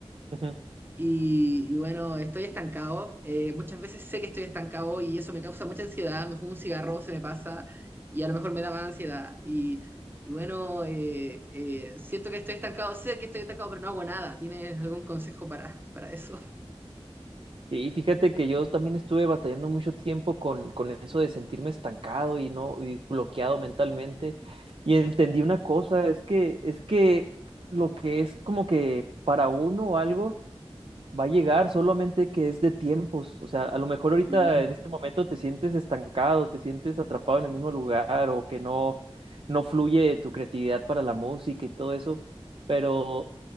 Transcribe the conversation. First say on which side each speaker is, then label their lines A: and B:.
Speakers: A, on the right; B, on the right.
A: Ujú.
B: Y, y bueno, estoy estancado. eh, muchas veces sé que estoy estancado y eso me causa mucha ansiedad. Me fumo un cigarro, se me pasa y a lo mejor me da más ansiedad. Y, y bueno, eh, eh, siento que estoy estancado, sé que estoy estancado, pero no hago nada. ¿Tienes algún consejo para, para eso?
A: Sí, fíjate que yo también estuve batallando mucho tiempo con, con eso de sentirme estancado y no y bloqueado mentalmente. Y entendí una cosa, es que, es que lo que es como que para uno algo. Va a llegar, solamente que es de tiempos. O sea, a lo mejor ahorita
B: Ujú,
A: en este momento te sientes estancado, te sientes atrapado en el mismo lugar o que no, no fluye tu creatividad para la música y todo eso, pero